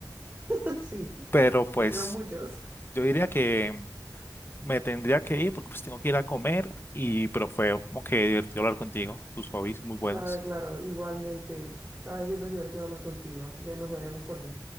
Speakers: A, on the right; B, on the left.
A: <laughs> sí,
B: Pero pues
A: sí, son muchos.
B: yo diría que me tendría que ir porque pues tengo que ir a comer y pero fue como que divertido hablar contigo, tus hobbies muy buenos.
A: Claro, claro, igualmente, sabes, siempre es divertido hablar contigo, así que nos veremos por ahí.